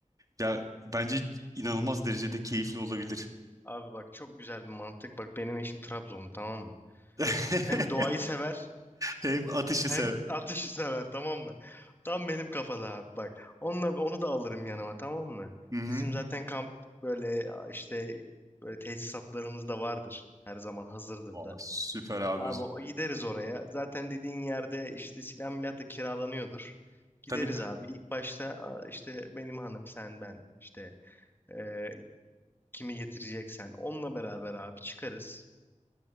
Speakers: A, on the right; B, on the left.
A: Ya bence inanılmaz derecede keyifli olabilir.
B: Abi bak çok güzel bir mantık. Bak benim eşim Trabzonlu tamam mı?
A: <laughs>
B: Hem doğayı sever
A: Hem atışı
B: hem
A: sever.
B: ateşi sever tamam mı? Tam benim kafada abi bak. Onunla, onu da alırım yanıma tamam mı?
A: Hı hı.
B: Bizim zaten kamp böyle işte böyle tesisatlarımız da vardır. Her zaman hazırdır
A: Aa,
B: da.
A: süper abi
B: Abi
A: o zaman.
B: o- gideriz oraya. Zaten dediğin yerde işte silah milah da kiralanıyordur. Gideriz
A: Tabii tabii.
B: abi. İlk başta a, işte benim hanım sen ben işte e, kimi getireceksen onunla beraber abi çıkarız.